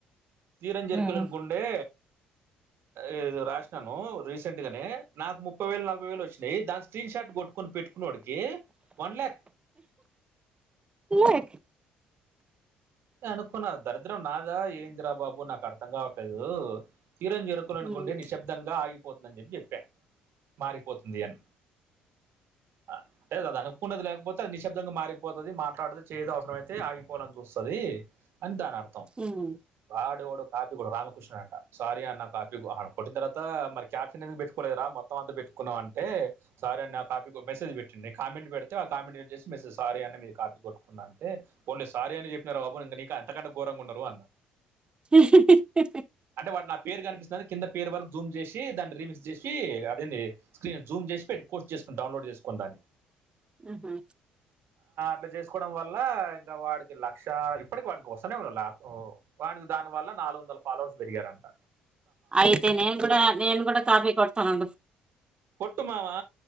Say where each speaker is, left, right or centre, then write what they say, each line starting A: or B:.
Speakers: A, on the right; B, on the right.
A: సీరంచెేరికలను
B: హ్మ్
A: గుండే హె రాసినాను రీసెంట్ గానే నాకు ముప్పై వేలు నలభై వేలు వచ్చినాయి దా స్క్రీన్ షార్ట్ కొట్టుకొని పెట్టుకున్నావోడికి వన్ ల్యాక్
B: లాక్
A: అనుకున్నా దరిద్రం నాదా ఎద్రారా బాబు నాకు అర్థం కావట్లేదు తీరం జరుకునుకుంటే
B: హ్మ్
A: నిశ్శబ్దంగా ఆగిపోతుందని చెప్పి చెప్పా మారిపోతుంది అని <unintelligible> అదే అదా అనుకున్నది లేకపోతే అది నిశబ్దంగా మారిపోతుది మాట్లాడుతుది చేయడం అవసరం అయితే ఆగిపోవాలని చూస్తుంది, తదీ అని దాని అర్థం
B: హ్మ్
A: వాడెవడో కాపీ గూడా రామకృష్ణుడు అంటా సారీ అన్న కాపీ అహ కొట్టిన్ తరువాతా మరి క్యాప్షను ఎందుకు పెట్టుకోలేదురా మొత్తం అంతా పెట్ కున్నావ్ అంటే సారీ అన్నా కాపీ కొట్ మెసేజ్ పెట్టిండు నెక్ట్స్ కామెంట్ పెడితే ఆ కామెంట్ వచ్చేసి మెసెజ్ సారీ అన్నా మీది కాపీ కొట్టుకున్నా అంతే. పోన్లే సారీ అని చెప్ప్ ప్పినావురా బాబు ఇంగ నీకు అంతకంటే గోరంగ ఉన్నరు అన్న.
B: ఈహ్హ్ ఈహ్హ్ ఈహ్హ్ ఈహ్హ్ ఈహ్
A: అంటే వాడు నా పేరు కనిపిస్తుందని కింద పేరు వరకు జూమ్ చేశీ, దాన్ని రీమిక్స్ చేశీ అదేంది స్క్రీన్ జూమ్ చేశి పెట్ పోస్ట్ చేసుకుండు డౌన్లోడ్ చేసుకొని దాన్ని
B: ఆహా
A: ఇట్ల చేసుకోవడం వల్లా ఇంక వాడికి లక్ క్షా ఇప్పటికి వాడికి వస్తనే ఉన్నరు లాకు వాడికి దాని వల్ల నాలుగు వందల ఫాలోవర్స్ పెరిగారంటా.
B: అయితే నేన్ కూడా నేన్ కూడా కాపీ కొడ్తా నండి.
A: కొట్టు మావా